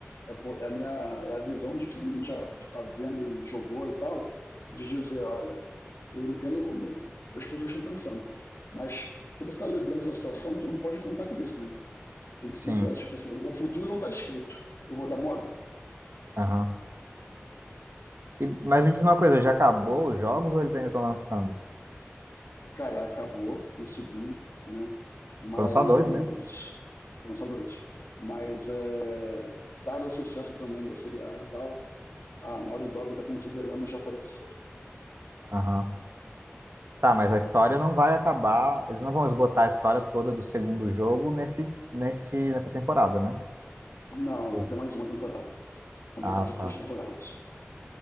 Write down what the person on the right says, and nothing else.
sim.
Aham. E- Mas me diz uma coisa, já acabou os jogos ou eles ainda estão lançando?
Foram só dois mesmo?
Aham. Tá, mas a história não vai acabar. Eles não vão esgotar a história toda do segundo jogo nesse, nesse, nessa temporada, né?
Ou-
Ah,
tá.